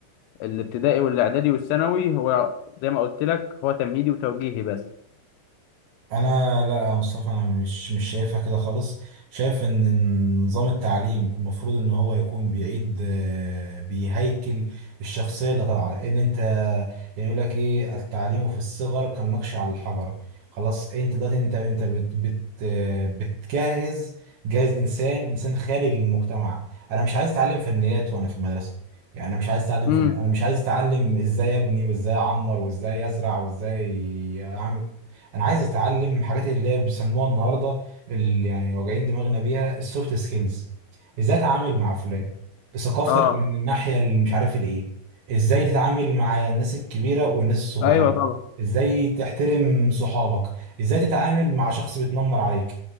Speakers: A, on the left; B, on the right.
A: الابتدائي والاعدادي والثانوي هو زي ما قلت لك هو تمهيدي وتوجيهي بس
B: انا لا يا مصطفى انا مش مش شايفها كده خالص شايف ان نظام التعليم المفروض ان هو يكون بيعيد آه، بيهيكل الشخصيه اللي طالعه ان انت يعني يقول لك ايه التعليم في الصغر كالنقش على الحجر خلاص إيه، انت دلوقتي انت انت بت بت آه، بتجهز جاهز انسان انسان خارج للمجتمع انا مش عايز اتعلم فنيات وانا في المدرسه يعني انا مش عايز اتعلم
A: امم
B: فن انا مش عايز اتعلم ازاي ابني وازاي اعمر وازاي ازرع وازاي اعمل انا عايز اتعلم حاجات اللي هي بيسموها النهارده اللي يعني واجعين دماغنا بيها السوفت سكيلز ازاي اتعامل مع فلان ثقافتك
A: اه
B: من الناحيه اللي مش عارف الايه ازاي تتعامل مع الناس الكبيره والناس الصغيره
A: ايوه طبعا
B: ازاي تحترم صحابك ازاي تتعامل مع شخص بيتنمر عليك